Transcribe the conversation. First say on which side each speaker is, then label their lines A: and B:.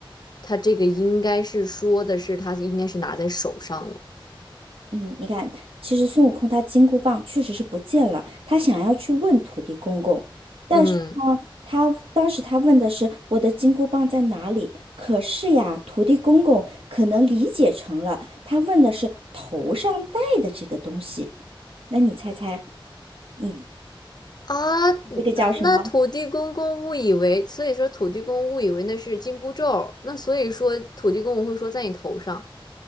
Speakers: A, on the left; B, on the right.
A: 他这个应该是说的是他应该是拿在手上了。
B: 嗯，你看，其实孙悟空他金箍棒确实是不见了，他想要去问土地公公，但是呢，
A: 嗯
B: 他当时他问的是我的金箍棒在哪里？可是呀，土地公公可能理解成了他问的是头上戴的这个东西。那你猜猜，你
A: 啊，
B: 这个叫什么？
A: 那土地公公误以为，所以说土地公误以为那是紧箍咒，那所以说土地公我会说在你头上，